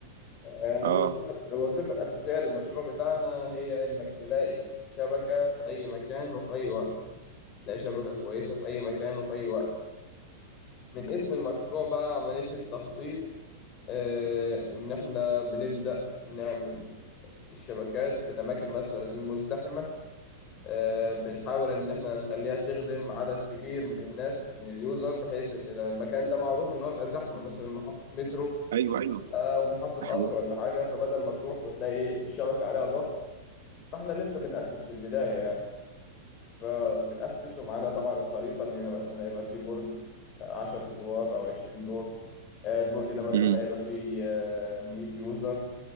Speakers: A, on the left (about 25°); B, on the right (about 80°).
A: آه،
B: اه
A: الوظيفة الوظيفة الأساسية للمشروع بتاعنا هي إنك تلاقي شبكة في أي مكان وفي أي وقت تلاقي شبكة كويسة في أي مكان وفي أي وقت من اسم المشروع بقى عملية التخطيط آه، إن إحنا بنبدأ نعمل الشبكات في الأماكن مثلا المزدحمة آه، بنحاول إن إحنا نخليها تخدم عدد كبير من الناس من اليوزر بحيث إن لو المكان ده معروف إن هو يبقى زحمة مثلا محطة مترو
B: ايوه ايوه
A: أو محطة قطر
B: ده حقيقي
A: ولا حاجة فبدل ما تروح وتلاقي الشبكة عليها ضغط فإحنا لسه بنأسس في البداية يعني. فبنأسس ومعانا طبعا الخريطة إن هنا مثلا هيبقى فيه برج عشرة أدوار أو عشرين دور آه، البرج ده مثلا
B: امم
A: هيبقى فيه آه، مية يوزر